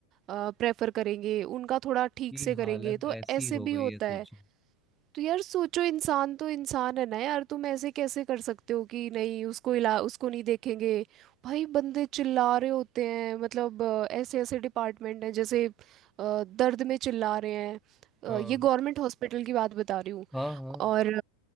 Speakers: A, on the right; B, in the centre.
A: प्रेफर करेंगे उनका थोड़ा ठीक
B: ये
A: से
B: हालत
A: करेंगे तो
B: ऐसी
A: ऐसे
B: हो
A: भी
B: गई
A: होता
B: है
A: है
B: सोच
A: तो यार सोचो इंसान तो इंसान है ना यार तुम ऐसे कैसे कर सकते हो कि नहीं उसको इला उसको नहीं देखेंगे भाई बंदे चिल्ला रहे होते हैं मतलब अ, ऐसे ऐसे डिपार्टमेंट हैं जैसे अ, दर्द में चिल्ला रहे हैं अ,
B: हाँ
A: ये गवर्नमेंट हॉस्पिटल की बात बता रही हूँ
B: हाँ हाँ
A: और